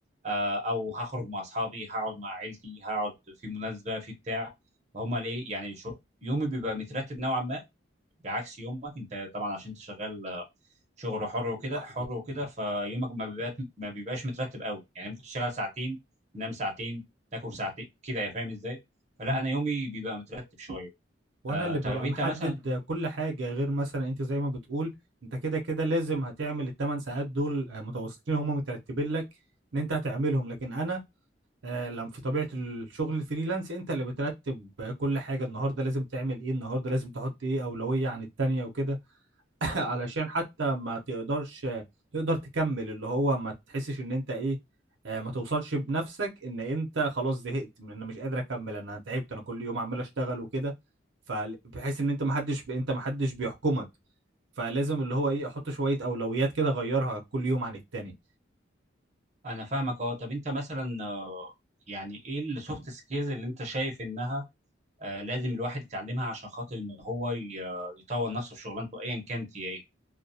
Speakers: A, on the right; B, on the right.
A: آه، او هخرج مع اصحابي هقعد مع عيلتي هقعد في مناسبه في بتاع فهم ليه يعني شو يومي بيبقى مترتب نوعا ما بعكس يومك انت طبعا عشان انت شغال آه، شغل حر
B: لوحدي
A: وكده حر
B: كده
A: وكده
B: أهو
A: فيومك ما بيبقاش ما بيبقاش مترتب قوي يعني ممكن تشتغل ساعتين تنام ساعتين تاكل ساعتين كده يا فاهم ازاي فلا
B: مم.
A: انا يومي بيبقى مترتب شويه
B: وانا
A: آه
B: اللي
A: طب
B: ببقى
A: انت
B: محدد
A: مثلا
B: كل حاجه غير مثلا انت زي ما بتقول انت كده كده لازم هتعمل الثمان ساعات دول آه، متواصلين هم مترتبين لك ان انت هتعملهم لكن انا آه، لما في طبيعه الشغل الفريلانس انت اللي بترتب كل حاجه النهارده لازم تعمل ايه النهارده لازم تحط ايه اولويه عن التانيه وكده <laughs> علشان حتى ما تقدرش تقدر تكمل اللي هو ما تحسش ان انت ايه آه، ما توصلش بنفسك ان انت خلاص زهقت من انا مش قادر اكمل انا تعبت انا كل يوم عمال اشتغل وكده فبحيث ان انت ما حدش انت ما حدش بيحكمك فلازم اللي هو ايه احط شوية اولويات كده اغيرها كل يوم عن التاني
A: انا فاهمك اه طب انت مثلا آه، يعني ايه السوفت سكيلز اللي انت شايف انها آه، لازم الواحد يتعلمها عشان خاطر ان هو ي- يطور نفسه في شغلانته ايا كانت هي ايه